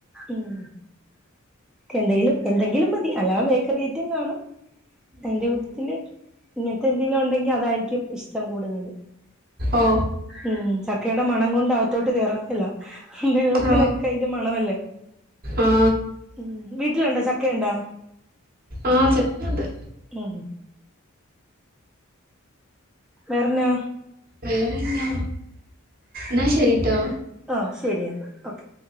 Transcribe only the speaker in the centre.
ഉം എന്തേലും എന്തെങ്കിലും മതി അല്ലാ ബേക്കറി ഐറ്റം കാണും അതിന്റെ
കൂട്ടത്തില് ഇങ്ങനത്തെ എന്തെങ്കലും ഉണ്ടെങ്കിൽ അതായിരിക്കും ഇഷ്ടം ച്ചം കൂടുതല്
ഉം ചക്കയുടെ മണം കൊണ്ട് അകത്തോട്ട് കേയറാം <inaudible> ല്ല വെള്ളത്തിനൊക്കെ
അയ്ന്റെ മണവല്ലേ
ഉം വീട്ട്ലുണ്ടോ ചക്കയുണ്ടോ
ഉം ഹ് വേറന്നാ
ആഹ് ശെരിയന്നാ ഒക്കെ